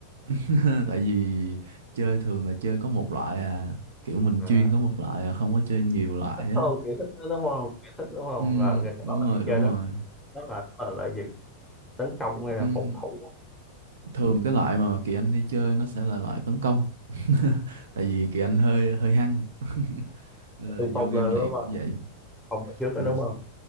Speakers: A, on the right; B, in the centre.
A: <laughs> tại vì chơi thường là chơi có một loại à, kiểu mình
B: à.
A: chuyên có một loại à, không có chơi nhiều loại
B: thích
A: á.
B: hơn kiểu thích đó đúng không kiểu thích đúng không
A: Ừ,
B: là cái các
A: đúng
B: bạn
A: rồi,
B: hay
A: đúng
B: chơi nó
A: rồi.
B: đó là là, là gì tấn công hay là
A: Ừ,
B: phòng thủ
A: thường cái loại mà Kỳ Anh hay chơi nó sẽ là loại tấn công <laughs> tại vì Kỳ Anh hơi hơi hăng <laughs> nên là
B: xung phong
A: vô game
B: lên đúng
A: này
B: không
A: cũng vậy
B: phòng ở trước đó
A: mình
B: đúng không